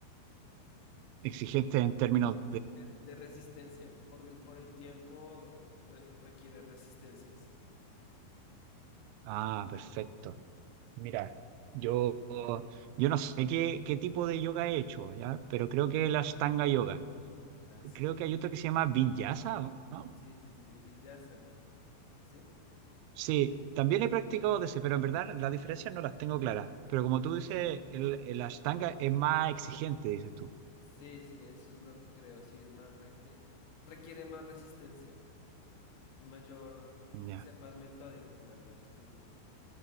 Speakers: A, on the right; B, on the left.
A: exigentes en términos
B: eh, de resistencia, porque el, por el tiempo re- requiere resistencia, sí.
A: Ah, perfecto. Mira, yo, yo no sé qué, qué tipo de yoga he hecho, ¿ya? Pero creo que la Ashtanga Yoga.
B: Así
A: Creo que hay otro que se llama Vinyasa, ¿o ¿no?
B: Sí, sí, sí, Vijasana. ¿Sí?
A: Sí, también he practicado de ese, pero en verdad las diferencias no las tengo claras. Pero como tú dices, el, el Ashtanga es más exigente, dices tú.
B: Sí, sí, eso es lo que creo, sí, es más, re- eh, requiere más resistencia y mayor,
A: Ya.
B: y ser más metódico tal vez, sí.